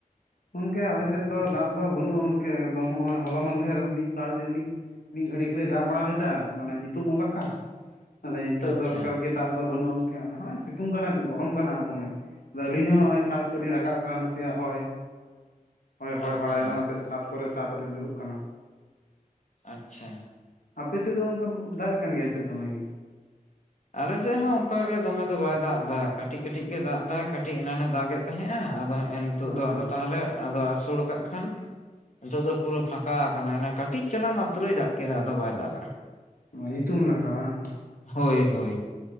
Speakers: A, on the left; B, on the left.
A: ᱜᱚᱝᱠᱮ ᱟᱞᱮᱥᱮᱫ ᱫᱚ ᱫᱟᱜ ᱫᱚ ᱵᱟᱹᱱᱩᱜᱼᱟ, ᱜᱚᱝᱠᱮ ᱮᱠᱫᱚᱢ ᱱᱚᱜᱼᱚᱭ ᱦᱚᱞᱟ ᱢᱟᱦᱫᱷᱮᱨ ᱢᱤᱫ ᱵᱟᱨ ᱫᱤᱱ ᱢᱤᱫ ᱢᱤᱫ ᱜᱷᱟᱹᱲᱤ ᱠᱷᱟᱞᱤ ᱫᱟᱜ ᱵᱟᱲᱟ ᱞᱮᱫᱟ, ᱢᱟᱱᱮ ᱧᱩᱛᱩᱢᱼᱚᱜ ᱞᱮᱠᱟ ᱟᱫᱚ ᱱᱤᱛᱚᱜ
B: ᱟᱪᱪᱷᱟ
A: ᱫᱚ ᱮᱠᱟᱞ ᱜᱮ ᱫᱟᱜ ᱫᱚ ᱵᱟᱹᱱᱩᱜᱼᱟ ᱜᱚᱝᱠᱮ ᱾ ᱚᱱᱮ ᱦᱚᱸᱭ ᱥᱤᱛᱩᱝ ᱠᱟᱱᱟ ᱜᱚᱨᱚᱢ ᱠᱟᱱᱟ ᱫᱚᱢᱮ ᱾ ᱟᱫᱚ ᱟᱹᱞᱤᱧ ᱦᱚᱸ ᱱᱚᱜᱼᱚᱭ ᱪᱷᱟᱛ ᱥᱮᱫ ᱞᱤᱧ ᱨᱟᱠᱟᱵ ᱠᱟᱱᱟ, ᱱᱟᱥᱮᱭᱟᱜ ᱦᱚᱭ ᱦᱳᱭ ᱦᱳᱭ
B: ᱟᱪᱪᱷᱟ
A: ᱵᱟᱲᱟᱭᱫᱟ ᱚᱱᱟᱛᱮ ᱪᱷᱟᱛ ᱠᱚᱨᱮ ᱪᱷᱟᱛ ᱨᱮᱧ ᱫᱩᱲᱩᱵ ᱠᱟᱱᱟ ᱾
B: ᱟᱪᱪᱷᱟ
A: ᱟᱯᱮ ᱥᱮᱫ ᱫᱚ ᱜᱚᱝᱠᱮ ᱫᱟᱜᱮᱫ ᱠᱟᱱ ᱜᱮᱭᱟᱭ ᱥᱮ ᱫᱚᱢᱮᱜ ᱜᱮ᱾
B: ᱟᱞᱮᱥᱮᱫ ᱦᱚᱸ ᱚᱱᱠᱟᱟᱜ ᱜᱮ ᱫᱚᱢᱮ ᱫᱚ ᱵᱟᱭ ᱫᱟᱜ ᱮᱫᱟ ᱠᱟᱹᱴᱤᱡ ᱠᱟᱹᱴᱤᱡ ᱜᱮ ᱫᱟᱜ ᱮᱫᱟ ᱠᱟᱹᱴᱤᱡ ᱮᱱᱟᱱᱮ ᱫᱟᱜ ᱮᱫ ᱛᱟᱦᱮᱸᱼᱟ, ᱟᱫᱚ ᱮᱱ ᱱᱤᱛᱚᱜ
A: ᱦᱳᱭ
B: ᱫᱚ
A: ᱦᱮᱸ
B: ᱟᱫᱚ ᱛᱟᱦᱚᱞᱮ ᱟᱫᱚ ᱟᱹᱥᱩᱲ ᱠᱟᱜ ᱠᱷᱟᱱ ᱱᱤᱛᱚᱜ ᱫᱚ ᱯᱩᱨᱟᱹ ᱯᱷᱟᱸᱠᱟ ᱟᱠᱟᱱᱟ ᱾ ᱮᱱᱟᱝ ᱠᱟᱴ ᱠᱟᱹᱴᱤᱡ ᱪᱟᱞᱟᱝ ᱢᱟᱛᱨᱚᱭ ᱫᱟᱜ ᱠᱮᱫᱟ ᱟᱫᱚ ᱵᱟᱭ ᱫᱟᱜ ᱞᱮ-ᱟ ᱾
A: ᱚᱸ ᱧᱩᱛᱩᱢ ᱞᱮᱠᱟ ᱵᱟᱝ ᱾
B: ᱦᱳᱭ ᱦᱳᱭ